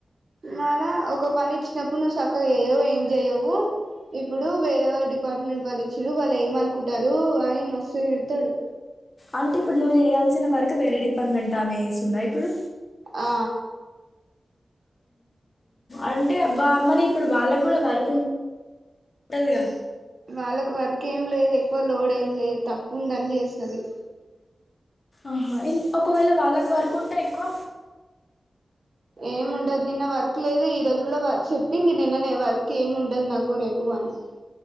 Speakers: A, on the right (about 60°); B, on the left (about 45°).
A: మార ఒక పని ఇచ్చినప్పుడు నువ్వు సక్కగా చేయవు ఏం జెయ్యవు ఇప్పుడు వేరే వాడి డిపార్ట్మెంట్ వాళ్ళు ఇచ్చారు వాళ్ళు ఏమన్కుంటరు అని మస్తు తిడ్తడు
B: అంటే ఇప్పుడు నువ్వు జెయాల్సిన వర్క్ వేరే డిపార్ట్మెంట్ ఆమె వేస్తుందా ఇప్పుడు
A: ఆ
B: అంటే వా మరి ఇప్పుడు వాళ్ళగ్గూడ వర్కు ఉం టదిగా
A: వాళ్ళకు వర్క్ ఏం లేదు ఎక్కువ లోడ్ ఏం లే తక్కువ ఉందని చేస్తుంది
B: ఆహా ఇం ఒకవేళ వాళ్ళక్వర్కుంటే ఎక్కువ
A: ఏముండదు నిన్న వర్క్ లేదు ఈరోజు కూడా వ చెప్పింది నిన్నే వర్కేముండదు నాకు రేపు వన్స్